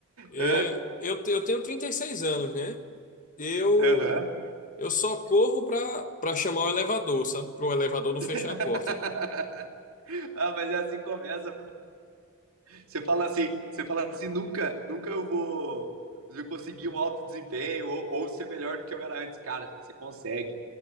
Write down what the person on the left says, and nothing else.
É,
eu, te- eu tenho 36 anos, né? Eu
eu só corro pra, pra chamar o elevador, sabe? Pro elevador não fechar
a porta.